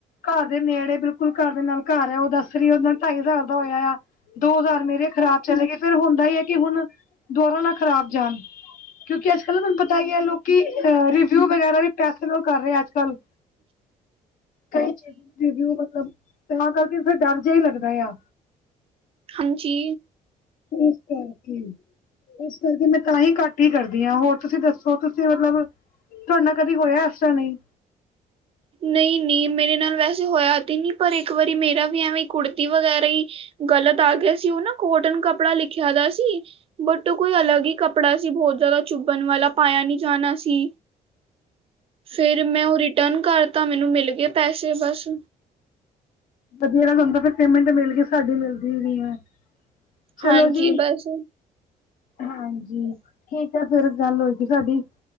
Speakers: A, on the left; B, on the right.
A: ਘਰ ਦੇ ਨੇੜੇ ਬਿਲਕੁਲ ਘਰ ਦੇ ਨਾਲ ਘਰ ਹੈ ਉਹਦਾ ਦੱਸ ਰਹੀ ਉਹਦੇ ਨਾਲ ਢਾਈ ਹਜ਼ਾਰ ਦਾ ਹੋਇਆ ਆ। ਦੋ ਹਜ਼ਾਰ ਮੇਰੇ ਖ਼ਰਾਬ ਚਲੇ ਗਏ ਫੇਰ ਹੁੰਦਾ ਹੀ ਹੈ ਕਿ ਹੁਨ ਦੋਨੋ ਨਾ ਖ਼ਰਾਬ ਜਾਨ। ਕਿਉਂਕਿ ਅੱਜ ਕੱਲ ਨਾ ਤੁਹਾਨੂੰ ਪਤਾ ਹੀ ਹੈ ਲੋਕ ਰਿਵਿਊ ਵਗੈਰਾ ਵੀ ਪੈਸੇ ਨਾਲ ਕਰ ਰਹੇ ਅੱਜ ਕੱਲ। ਕਈ ਚੀ ਰਿਵਿਊ ਮਤਲਬ ਤਾਂ ਕਰਕੇ ਫੇਰ ਡਰ ਜਿਹਾ ਹੀ ਲੱਗਦਾ ਆ।
B: ਹਾਂਜੀ।
A: ਇਸ ਕਰਕੇ ਇਸ ਕਰਕੇ ਮੈਂ ਤਾਂਹੀ ਘੱਟ ਹੀ ਕਰਦੀ ਹਾਂ ਹੋਰ ਤੁਸੀਂ ਦੱਸੋ ਤੁਸੀਂ ਮਤਲਬ ਤੁਹਾਡੇ ਨਾਲ ਕਦੀ ਹੋਇਆ ਏਸਰਾ ਨਹੀਂ।
B: ਨਹੀਂ ਨਹੀਂ ਮੇਰੇ ਨਾਲ ਵੈਸੇ ਹੋਇਆ ਤੇ ਨਹੀਂ ਪਰ ਇੱਕ ਵਾਰੀ ਮੇਰਾ ਵੀ ਐਵੇਂ ਕੁੜਤੀ ਵਗੈਰਾ ਹੀ ਗ਼ਲਤ ਆ ਗਿਆ ਸੀ ਉਹ ਨਾ ਕੋਟਨ ਕੱਪੜਾ ਲਿਖਿਆ ਦਾ ਸੀ। ਬੱਟ ਕੋਈ ਅਲੱਗ ਹੀ ਕੱਪੜਾ ਸੀ। ਬਹੁਤ ਜ਼ਿਆਦਾ ਚੁੱਭਣ ਵਾਲਾ ਪਾਇਆ ਨਹੀਂ ਜਾਣਾ ਸੀ। ਫੇਰ, ਮੈਂ ਉਹ ਰਿਟਰਨ ਕਰਤਾ ਮੈਨੂੰ ਮਿਲ ਗਏ ਪੈਸੇ ਬਸ।
A: ਵਧੀਆ ਬੰਦਾ ਤਾਂ ਹੁੰਦਾ ਫਿਰ ਪੇਮੈਂਟ ਮਿਲ ਕੇ ਸਾਡੀ ਮਿਲਦੀ ਨੀ ਐ। ਚਲੋ
B: ਹਾਂਜੀ
A: ਜੀ।
B: ਬਸ
A: ਹਾਂਜੀ, ਠੀਕ ਹੈ ਫੇਰ ਗੱਲ ਹੋਏਗੀ ਸਾਡੀ।